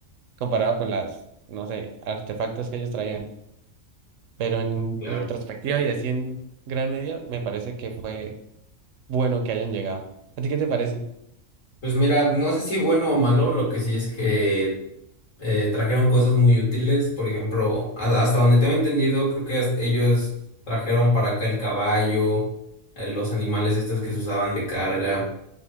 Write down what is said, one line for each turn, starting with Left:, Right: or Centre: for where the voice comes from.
Right: comparado con las, no sé, artefactos que ellos traían. Pero en
Left: Claro.
Right: retrospectiva y así en gran medida, me parece que fue bueno que hayan llegado. ¿A ti qué te parece?
Left: Pues mira, no sé si bueno o malo, lo que sí es que eh, trajeron cosas muy útiles. Por ejemplo, a- hasta donde tengo entendido, creo que hasta ellos trajeron para acá el caballo, eh, los animales estos que se usaban de carga